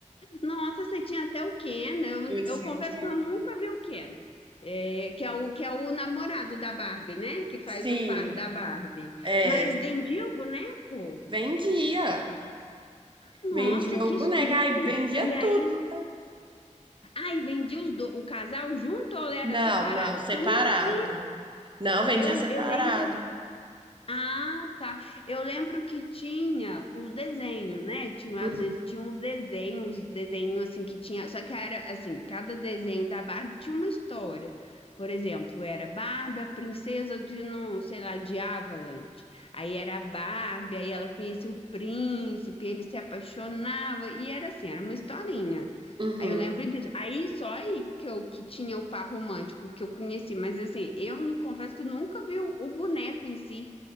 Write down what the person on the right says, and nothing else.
Eu tinha
o Ken.
Sim,
é,
vendia.
Vendia
o boneco,
ai, vendia
tudo.
Não,
não, separado.
Não, vendia
separado.
Uhum.
Uhum.